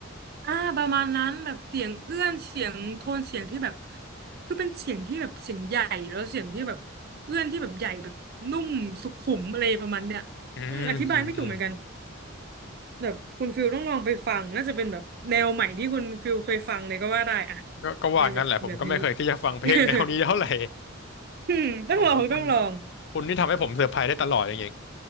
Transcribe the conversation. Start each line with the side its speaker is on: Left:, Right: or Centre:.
Right: อ่าประมาณนั้นแบบเสียงเอื้อนเสียงโทนเสียงที่แบบคือเป็นเสียงที่แบบเสียงใหญ่แล้วเสียงที่แบบเอื้อนที่แบบใหญ่แบบนุ่มสุขุมอะไรประมาณเนี้ยอืมอธิบายไม่ถูกเหมือนกัน
Left: อืมอืมอืม
Right: แบบคุณฟิลต้องลองไปฟังน่าจะเป็นแบบแนวใหม่ที่คุณฟิลเคยฟังเลยก็ว่าได้อ่ะ
Left: ก็ก็ว่างั้นแหละผมก็ไม่เคยคิดจะฟังเพลงแนวนี้เท่าไหร่
Right: เพลงแบบแบบนี้ <laughs> อืมต้องลองต้องลอง
Left: โอ้โหคุณคุณนี่ทำให้ผมเซอร์ไพรส์ได้ตลอดอย่างเงี้ย